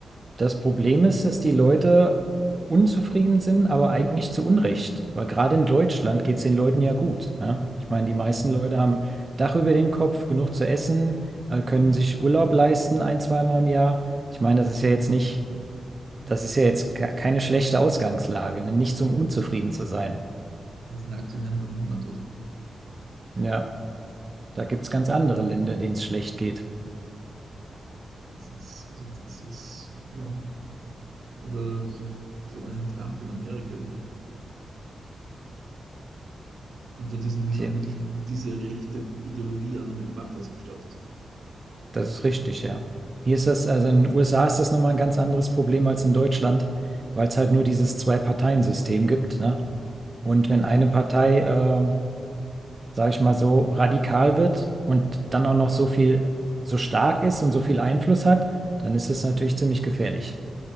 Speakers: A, on the right; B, on the right.
A: das Problem ist, dass die Leute unzufrieden sind, aber eigentlich zu Unrecht. Weil gerade in Deutschland geht es den Leuten ja gut. Ne? Ich meine, die meisten Leute haben Dach über dem Kopf, genug zu essen, äh, können sich Urlaub leisten, ein, zweimal im Jahr. Ich meine, das ist ja jetzt nicht, das ist ja jetzt ke- keine schlechte Ausgangslage, ne? Nichts, um unzufrieden zu sein.
B: Die sind Aktionären am Hungertod.
A: Ja, da gibt es ganz andere Länder, denen es schlecht geht.
B: Ja. Das ist, also das ist, ja, oder schon ein Trump in Amerika ist ja Und dort ist nämlich
A: Tja.
B: dann wirklich diese rechte Ideologie an und mit Macht ausgestattet.
A: Das ist richtig, ja. Hier ist das, also in den USA ist das nochmal ein ganz anderes Problem als in Deutschland, weil es halt nur dieses Zwei-Parteien-System gibt, ne? Und wenn eine Partei, äh, sage ich mal, so radikal wird und dann auch noch so viel, so stark ist und so viel Einfluss hat, dann ist es natürlich ziemlich gefährlich.